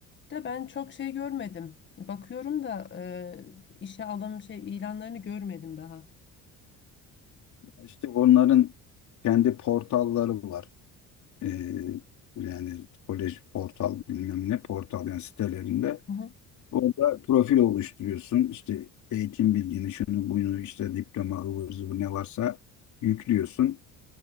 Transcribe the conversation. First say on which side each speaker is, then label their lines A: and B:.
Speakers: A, on the left; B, on the left.
A: De ben çok şey görmedim. Bakıyorum da eee, işe alım şey ilanlarını görmedim daha.
B: İşte onların kendi portalları var. e, yani kolej portal bilmem ne portal yani sitelerinde
A: Hı hı.
B: orada profil oluşturuyorsun. İşte eğitim bilgini şunu bunu işte diploma ıvır zıvır ne varsa yüklüyorsun.